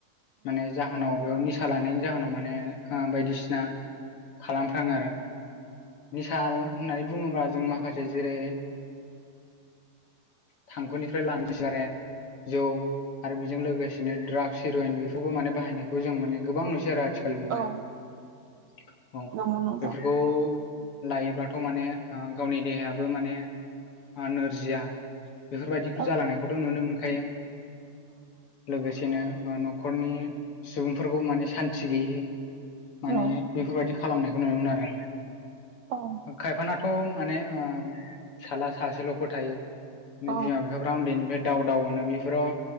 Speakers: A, on the left (about 45°); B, on the right (about 75°).
A: माने जाहोनाव बेयाव निसा लानायनि जाहोनाव माने ओ बायदिसिना खालामफ्राङो आरो निसा होननाय बुङोब्ला जों माखासे जेरै थांखुनिफ्राय <unintelligible> जौ आरो बिजों लोगोसेनो द्राग्स हिर'येन बेफोरबो माने बाहायनायखौ जों माने गोबां नुसै आरो आथि थिखाल मुगायाव
B: औ
A: औ
B: नंगौ नोंथां
A: बेफोरखौ लायोब्ला थ' माने ओ गावनि देहायाबो माने ओ नोरजिया बेफोरबायदिखौ
B: औ
A: जालांनायखौथ' नुनो मोनखायो लोगोसेनो ओ न'खरनि सुबुंफोरखौ माने सान्थि गैयै माने
B: औ
A: बेफोरबायदि खालामनाय नुनो मोनो आरो
B: औ औ
A: खायफाना थ' माने ओ फिसाला सासेल'फोर थायो
B: औ
A: बिमा-बिफाफ्रा उन्दैनिफ्राय दाव दाव अनो बेफोराव